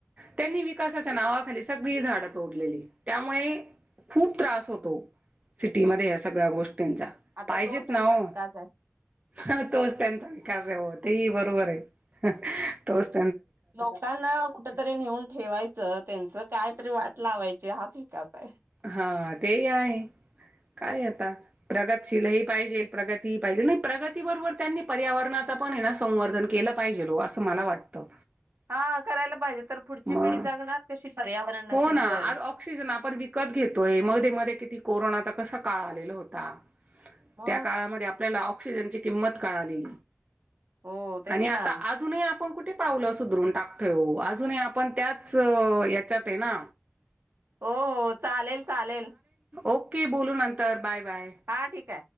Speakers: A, on the right; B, on the right.
A: त्यांनी विकासाच्या नावा सगळी झाड तोडलेली त्यामुळे खूप त्रास होतो सिटीमध्ये या सगळ्या गोष्टी त्यांचा
B: आता
A: पाहिजेेत
B: तोच त्यांचा
A: ना हो.
B: विकास
A: ह तोच त्यांचा विकास होत. तेही बरोबर आहे. तोस्त
B: लोकांना कुठेतरी नेऊन ठेवायचं त्यांच काय. तरी वाट लावायची हाच विकास आहे.
A: हा तेही आहे. काय आता प्रगतशील ह पाहिजे प्रगती ह पाहिजे नाही प्रगती बरोबर त्यांनी पर्यावरणाचा पण ना संवर्धन केलं पाहिजेल हो असं मला वाटतं.
B: हा करायला पाहिजे. तर पुढची
A: मग
B: पिढी जगणार कशी? पर्यावरण नसेल
A: हो ना आज
B: तर.
A: ऑक्सिजन आपण विकत घेतोय म मध्ये किती कोरोना आता कसा काळ आलेला होता.
B: मग
A: त्या काळामध्ये आपल्याला ऑक्सिजनची किंमत कळा आली
B: हो तेच
A: आणि आता
B: ना
A: अजूनही आप आपण कुठे पावलं सुधरून टाकत अजून आपण त्याच याच्या ते ना
B: हो हो चालेल चालेल
A: ओककी बोलू नंतर बाय बाय
B: हा ठीक आहे.